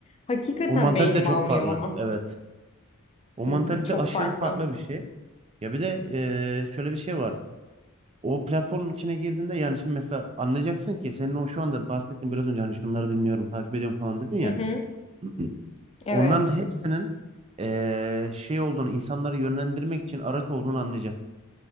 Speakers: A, on the left; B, on the right.
A: hakikaten
B: o mantalite
A: beynim
B: çok
A: almıyor
B: farklı.
A: onu.
B: Evet. O
A: Hmm,
B: mantalite
A: Çok
B: aşırı
A: farklı.
B: farklı bir şey. Ya bir de eee, şöyle bir şey var. O platformun içine girdiğinde yani şimdi mesela anlayacaksın ki senin o şu anda bahsettiğin biraz önce hani şunları dinliyorum, takip ediyorum falan dedin ya.
A: Hı hı,
B: <clears throat>
A: evet.
B: Onların hepsinin eee, şey olduğunu, insanları yönlendirmek için araç olduğunu anlayacak.